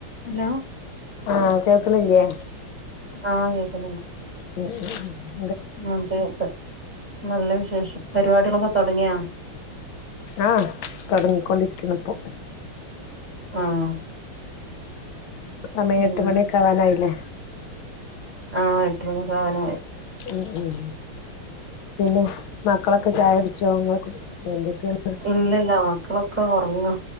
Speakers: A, in the centre; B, on the left (about 75°).
A: Hello
B: ആഹ് കേക്ക്‌ണില്ലേ
A: ആഹ് കേക്കുന്നുണ്ട്
B: ഹ്
A: ഉം കേക്കാം നല്ല വിശേഷം പരിപാടികളൊക്കെ തൊടങ്യോ
B: ആഹ് തൊടങ്ങിക്കൊണ്ടിരിക്ക്‌ണിപ്പോ
A: ആഹ്
B: സമയെട്ട്
A: പിന്നെ
B: മണിയൊക്കാവാനായിലെ
A: ആഹ് എട്ടുമണിയൊക്കാവാനായി
B: ഉം ഉം പിന്നെ മക്കളൊക്കെ ചായ കുട്ച്ചോ ങ്ങളൊക്കെ എന്തൊക്കെണ്ട്
A: ഇല്ലല്ല മക്കളൊക്കെ ഒറങ്ങ